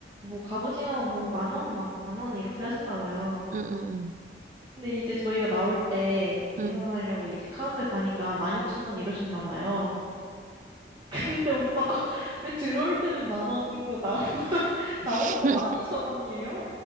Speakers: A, on the right; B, on the right.
A: 뭐 갑오징어 뭐 만 원, 만 원 이렇게 하셨나 봐요.
B: 응, 응,
A: 근데 이제 저희가 나올 때 계산하려고
B: 응, 응.
A: 이제 카운터 가니까 12,000원 이러셨나 봐요. <laughs> 근데 오빠가 <laughs> 왜 들어올 때는 만 원이고 나
B: <laughs>
A: 나오니까 12,000원이에요?